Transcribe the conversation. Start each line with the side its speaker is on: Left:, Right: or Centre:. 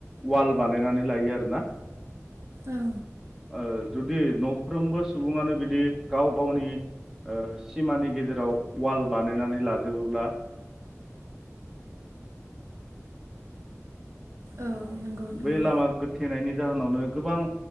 Centre: वाल बानायनानै लायो आरो ना
Right: औ
Centre: ओ जुदि न'फ्रोमबो सुबुंङानो बिदि गाव गावनि ओ सिमानि गेजेराव वाल बानायनानै लाजोबोब्ला
Right: औ नंगौ नंगौ
Centre: बै लामा गोथेनायनि जाहोनावनो गोबां